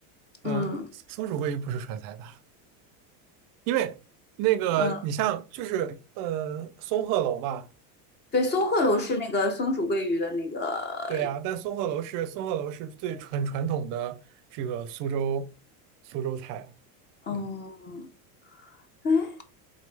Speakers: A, on the right (about 45°); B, on the left (about 20°).
A: 嗯，
B: 嗯
A: 松鼠桂鱼不是川菜吧？因为那个你像就是呃松鹤楼吧。
B: 嗯，对，松鹤楼是那个松鼠桂鱼的那个，
A: 对呀，但松鹤楼是松鹤楼是最很传统的这个苏州苏州菜啊，
B: 嗯，
A: 嗯
B: 哎，